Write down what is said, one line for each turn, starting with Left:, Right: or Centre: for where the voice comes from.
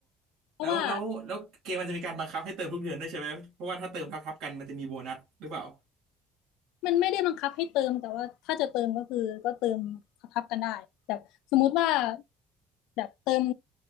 Left: เพราะว่า
Right: แล้วแล้วแล้วเกมมันจะมีการบังคับให้เติมทุกเดือนด้วยใช่ไหมเพราะว่าถ้าเติมทับๆกันมันจะมีโบนัสหรือเปล่า
Left: มันไม่ได้บังคับให้เติมแต่ว่าถ้าจะเติมก็คือก็เติมทับกันได้แบบสมมุติว่าแบบเติม